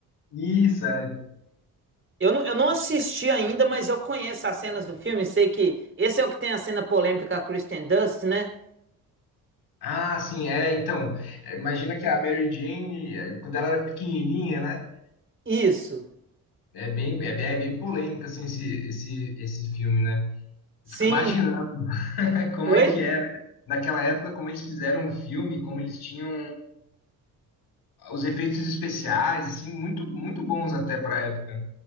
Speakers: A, on the left (about 70°); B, on the right (about 30°).
A: Isso, é.
B: Eu não, eu não assisti ainda, mas eu conheço as cenas do filme. Sei que esse é o que tem a cena polêmica com a Kristen Dunst, né?
A: Ah, sim, é. Então, é, imagina que a Mary Jane, é, quando ela era pequenininha, né?
B: Isso.
A: É bem, é, bem- é bem polêmico assim esse, esse, esse filme, né?
B: Sim.
A: Eu fico imaginando <laughs> como
B: Oi?
A: é que era naquela época, como eles fizeram o filme, como eles tinham os efeitos especiais, assim, muito, muito bons até pra época.